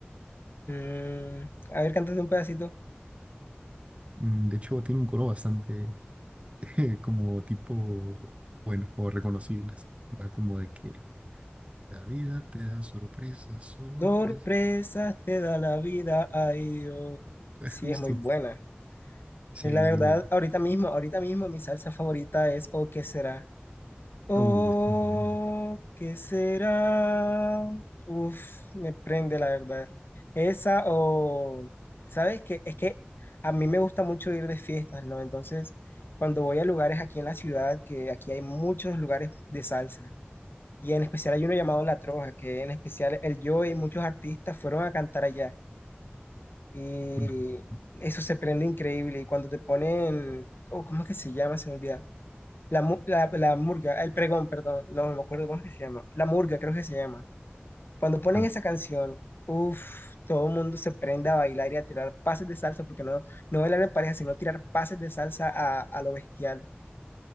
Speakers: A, on the left; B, on the right.
A: Mm, a ver, cántate un pedacito.
B: Mm, De hecho, tiene un coro bastante <laughs> como tipo, bueno, o reconocible. Va como de que la vida te da sorpresas, sorpresas.
A: Sorpresas te da la vida, ay Dios.
B: <laughs>
A: Sí,
B: Justo.
A: es muy buena.
B: Sí,
A: Es La verdad,
B: muy,
A: ahorita mismo, ahorita mismo mi salsa favorita es ¿O qué será? Oh,
B: uh, es muy buena.
A: ¿qué será? Uf, me prende la verdad. Esa o, ¿sabes qué? Es que a mí me gusta mucho ir de fiestas, ¿no? Entonces, cuando voy a lugares aquí en la ciudad, que aquí hay muchos lugares de salsa, y en especial hay uno llamado La Troja, que en especial el yo y muchos artistas fueron a cantar allá. Y
B: <laughs>
A: eso se prende increíble. Y cuando te ponen, oh, ¿cómo es que se llama? Se me olvida la, mu- la, la murga, el pregón, perdón, no me acuerdo cómo es que se llama. La murga, creo que se llama. Cuando ponen
B: Ah,
A: esa canción, uff, todo el mundo se prende a bailar y a tirar pases de salsa, porque no, no bailar en pareja, sino tirar pases de salsa a, a lo bestial.